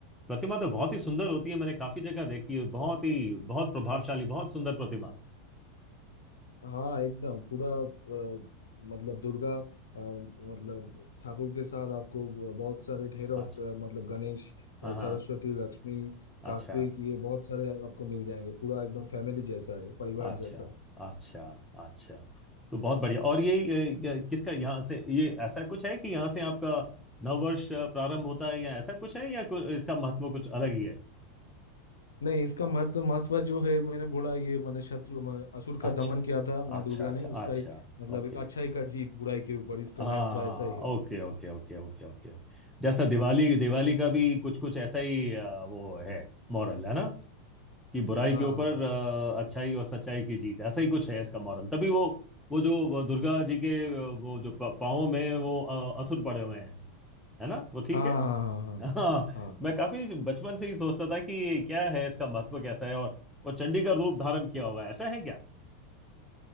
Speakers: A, in the centre; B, on the left (about 75°).
A: प्रतिमा तो बहुत ही सुंदर होती है मैंने काफी जगह देखी है बहुत ही बहुत प्रभावशाली बहुत सुंदर प्रतिमा
B: हाँ एकदम पूरा अ, मतलब दुर्गा अ, मतलब ठाकुर के साथ आपको बहुत सारे ढेर और
A: अच्छा
B: अ, मतलब गणेश
A: हाँ
B: अ, सरस्वती
A: हाँ
B: लक्ष्मी
A: अच्छा
B: कार्तिक ये बहुत सारे आपको मिल जाएंगे पूरा एकदम फैमिली जैसा है परिवार
A: अच्छा
B: जैसा
A: अच्छा अच्छा तो बहुत बढ़िया और ये, ये, ये किसका यहाँ से ये ऐसा कुछ है कि यहाँ से आपका नववर्ष अ, प्रारंभ होता है या ऐसा कुछ है या कुछ, इसका महत्व कुछ अलग ही है
B: नहीं इसका महत्व महत्व जो है मैंने बोला ये मैंने शत्रु म- असुर का
A: अच्छा
B: दमन किया था माँ
A: अच्छा
B: दुर्गा
A: अच्छा
B: ने उसका
A: अच्छा
B: ही मतलब
A: ओके
B: एक अच्छाई का जीत बुराई के ऊपर इसका
A: हाँ
B: महत्व ऐसा ही है
A: okay okay okay okay okay okay. जैसा दिवाली दिवाली का भी कुछ कुछ ऐसा ही अ, वो है मॉरल है ना कि बुराई
B: हाँ
A: के ऊपर
B: हाँ
A: अ, अच्छाई और सच्चाई की जीत ऐसा ही कुछ है इसका मॉरल तभी वो वो जो दुर्गा जी के अ, वो जो प- पाँवों में वो अ, असुर पड़े हुए हैं है ना वो ठीक
B: हाँ
A: है
B: हाँ हाँ हाँ
A: <laughs> हाँ
B: हाँ
A: मैं काफी बचपन से ही सोचता था कि क्या है इसका महत्व कैसा है और वो चंडी का रूप धारण किया हुआ है ऐसा है क्या